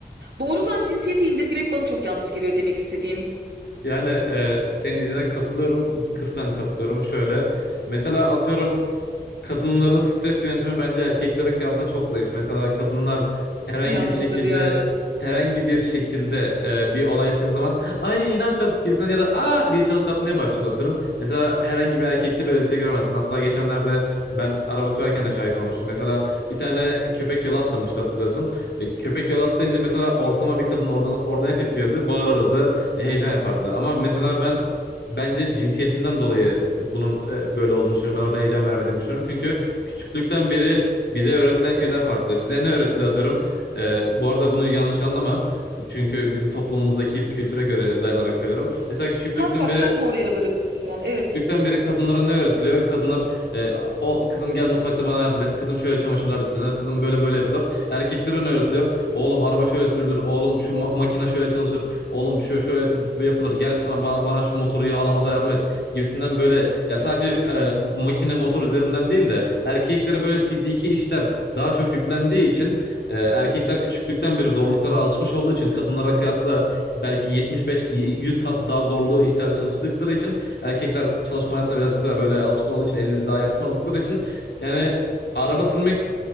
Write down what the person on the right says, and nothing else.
doğrudan cinsiyete indirgemek bana çok yanlış geliyor demek istediğim.
Ya sabır
ya.
Ha bak
sen doğru yere varıyorsun şu an evet.